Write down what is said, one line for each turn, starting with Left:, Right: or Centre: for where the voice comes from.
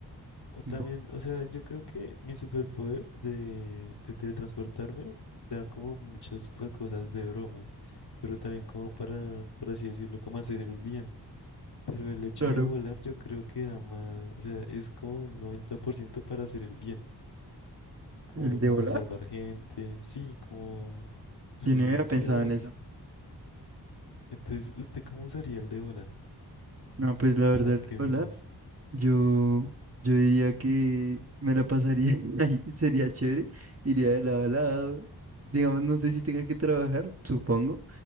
Left: O también,
Right: Bueno,
Left: o sea, yo creo que mi superpoder de, de teletransportarme da como muchas pues, cosas de bromas, pero también como para, por así decirlo, como hacer el bien. Pero el hecho
Right: claro,
Left: de volar yo creo que da más, o sea, es como un 90% para hacer el bien, como
Right: el de
Left: no
Right: volar,
Left: de salvar gente, sí, como subir,
Right: yo no había pensado
Left: sí, o sea,
Right: en eso.
Left: entonces, ¿usted cómo usaría el de volar?
Right: No, pues la verdad,
Left: ¿Para
Right: el
Left: qué
Right: de volar.
Left: usas?
Right: Yo, yo diría que me la pasaría <laughs> ahí, sería chévere, iría de lado a lado. Digamos, no sé si tenga que trabajar, supongo,